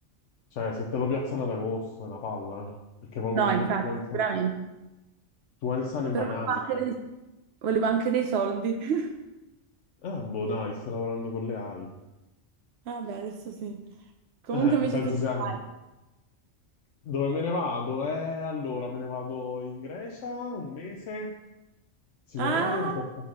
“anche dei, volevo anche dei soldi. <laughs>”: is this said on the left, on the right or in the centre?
Right